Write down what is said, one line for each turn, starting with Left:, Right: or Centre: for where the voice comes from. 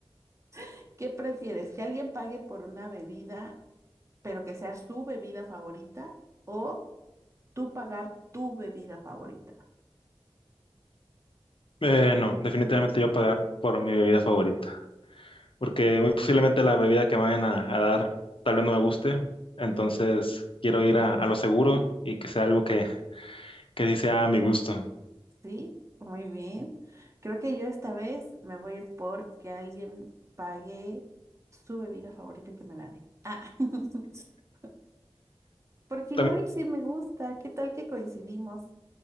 Right: <laughs> ¿Qué prefieres? ¿Que alguien pague por una bebida, pero que sea su bebida favorita o tú pagar tu bebida favorita?
Left: Eh, no, definitivamente yo pagar por mi bebida favorita. porque muy posiblemente la bebida que me vayan a, a dar tal vez no me guste, entonces quiero ir a, a lo seguro y que sea algo que, que sí sea a mi gusto.
Right: Sí, muy bien. Creo que yo esta vez me voy a ir por que alguien pague su bebida favorita y que me la dé. Ah. <laughs> Porque igual
Left: También,
Right: y sí me gusta, ¿qué tal que coincidimos?